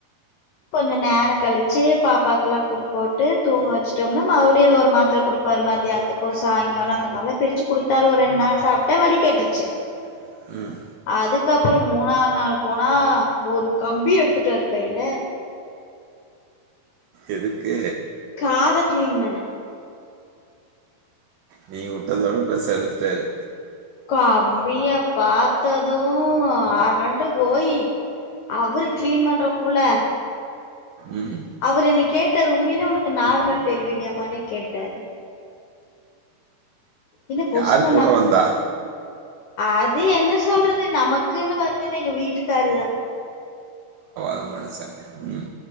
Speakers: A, on the left; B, on the right.
A: கொஞ்சோ நேர கழிச்சு பாப்பாக்குல்லா குடுத் போட்டு தூங்க வச்சுட்டோம்னா மறுபடியோ ஒரு மாத்ர குடு ப்பாரு மத்தியானத்துக்கோ சாய்ங்காலோ அந்த மாரிலா பிரிச்சு குடுத்தாரு ஒரு ரெண் நாள் சாப்ட்ட வலி கேட்ருச்சு
B: <inaudible> ம்
A: அதுக்கப்றோ மூணா நாள் போனா ஒரு கம்பி எடுத்துட்டாரு கைல
B: எதுக்கு
A: காத கிளீன் பண்ண
B: நீ உட்டதோட பெர்சா எடுத்துட்டாரு
A: கம்பிய பாத்ததோ அரண்டு போயி அவுரு கிளீன் பண்றக்குள்ள
B: ம்
A: அவுரு என்ன கேட்டாரு உண்மையிலே உனக்கு நார்மல் டெலிவரியாமான்னே கேட்டாரு இன்ன பொஸ்க்குன்ன
B: யார் கூட வந்தா
A: அது என்ன சொல்றது நமக்குன்னு வந்தது எங்க வீட்டுக்காரு தா
B: அந் மனுஷ ம்